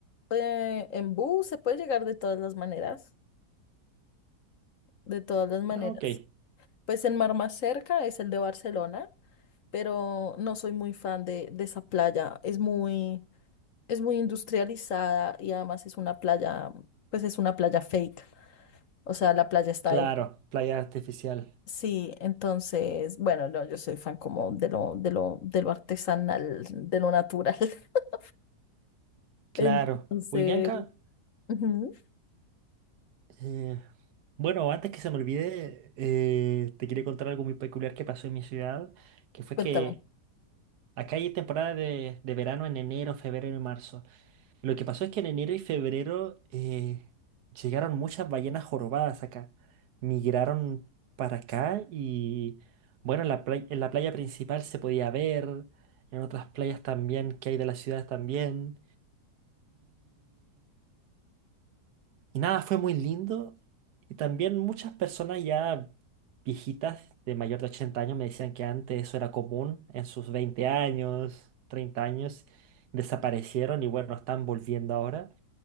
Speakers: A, on the left; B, on the right.
A: eh, en bus, se puede llegar de todas las maneras, de todas las maneras.
B: Ah, ok.
A: Pues el mar más cerca es el de Barcelona. pero no soy muy fan de, de esa playa. Es muy, es muy industrializada y además es una playa, pues es una playa fake. O sea, la playa está
B: Claro,
A: ahí.
B: playa artificial.
A: Sí, entonces, bueno, no, yo soy fan como de lo, de lo, de lo artesanal, de lo natural. <laughs>
B: Claro.
A: Entonces,
B: Uy, Bianca.
A: ujú,
B: eh, Bueno, antes que se me olvide, eh, te quería contar algo muy peculiar que pasó en mi ciudad, que fue
A: Cuéntame.
B: que acá hay temporada de, de verano en enero, febrero y marzo. Lo que pasó es que en enero y febrero eh, llegaron muchas ballenas jorobadas acá. Migraron para acá y, bueno, en la play- en la playa principal se podía ver, en otras playas también que hay de la ciudad también. Y nada, fue muy lindo. Y también muchas personas ya viejitas de mayor de 80 años me decían que antes eso era común en sus 20 años, 30 años, desaparecieron y bueno, están volviendo ahora.